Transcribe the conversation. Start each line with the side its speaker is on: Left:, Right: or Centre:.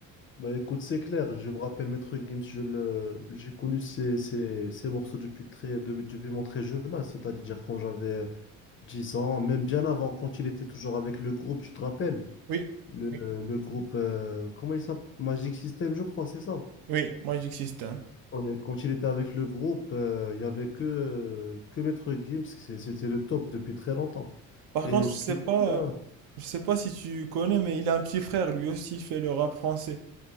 Left: Bah écoute, c'est clair, je me rappelle Maître Gims, je le, j'ai connu ses, ses, ses morceaux depuis, très, de- depuis mon très jeune âge, c'est-à-dire quand j'avais 10 ans, même bien avant, quand il était toujours avec le groupe, tu te rappelles?
Right: Oui,
Left: le,
Right: oui,
Left: le groupe, euh, comment il s'appelle? Magic System, je crois, c'est ça.
Right: oui, moi j'existe. hein.
Left: On est- Quand il était avec le groupe, euh, il n'y avait que, euh, que Maître Gims, c'est- c'était le top depuis très longtemps.
Right: Par
Left: Et
Right: contre,
Left: ce
Right: je sais
Left: qui est
Right: pas,
Left: bien,
Right: je sais pas si tu connais, mais il a un petit frère, lui aussi, il fait le rap français.